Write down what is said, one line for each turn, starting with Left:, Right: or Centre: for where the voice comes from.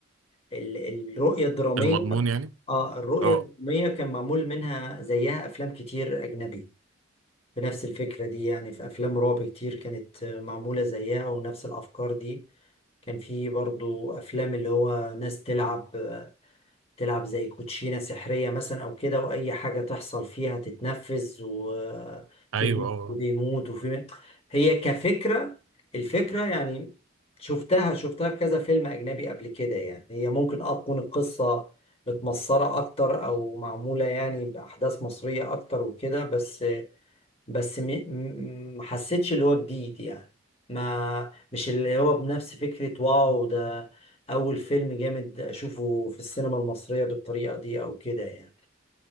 Left: ال... الرؤية الدرامية
Right: المضمون يعني
Left: اه الرؤية
Right: اه
Left: الدرامية كان معمول منها زيها أفلام كتير أجنبي بنفس الفكرة دي يعني في أفلام رعب كتير كانت معمولة زيها ونفس الأفكار دي كان في برضو أفلام اللي هو ناس تلعب تلعب زي كوتشينة سحرية مثلا أو كده وأي حاجة تحصل فيها تتنفذ وفي
Right: ايوه
Left: بني
Right: اه
Left: بيموت وفي هي كفكرة الفكرة يعني شفتها شفتها في كذا فيلم أجنبي قبل كده يعني هي ممكن أه تكون القصة متمصرة أكتر أو معمولة يعني بأحداث مصرية أكتر وكده بس بس م... م... ما حسيتش اللي هو جديد يعني ما مش اللي هو بنفس فكرة واو ده أول فيلم جامد أشوفه في السينما المصرية بالطريقة دي أو كده يعني